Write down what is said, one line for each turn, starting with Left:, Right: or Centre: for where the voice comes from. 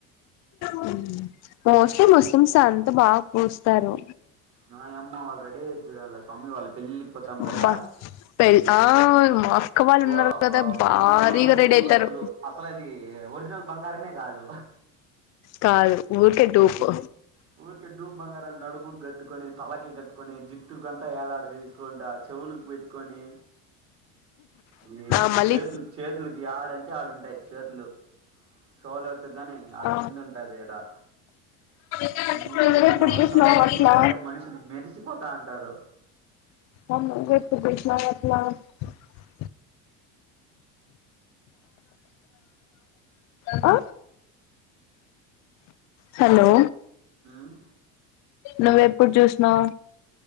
Left: ఉ మోస్ట్లీ ముస్లిమ్స్ అంతా బాగా పూస్తారు
Right: నాయమ్మ వాళ్ళు రెడీ అయ్యేది చూడాల స్వామి వాళ్ళ పెళ్ళికి పోతాం
Left: అబ్బా
Right: కదా
Left: పె ఆ మా అక్క వాళ్ళు
Right: బా
Left: ఉన్నారు కదా
Right: బా బా
Left: భారీగా
Right: వాళ్ళు
Left: రెడీ అయితారు
Right: అసలు అసలు అయితే వర్జినల్ బంగారమే కాదు
Left: కాదు ఊరుకె డూపు
Right: ఊరికే డూప్ బంగారాలు నడుముకు కట్టుకొని తలకి కట్టుకొని జిట్టు అంతా అలా అ తీసుకుంటా చెవులకి పెట్టుకొని ఏ
Left: ఆ మళ్ళీ
Right: చేతులు చేతులకి ఆడంటే ఆడుంటాయి చేతులు షోల్డర్స్ గాని ఆడ
Left: ఆ
Right: కింద ఉంటది ఎడా
Left: నువ్వే
Right: అన్ని పెట్టుకొని
Left: ఎప్పుడు
Right: వస్తారు
Left: చూసినావు అట్లా
Right: చూసి అట్టే మనిషి మెరిసిపోతా అంటారు
Left: <unintelligible> అ హలో
Right: ఉమ్
Left: నువ్వు ఎప్పుడు చూసినావు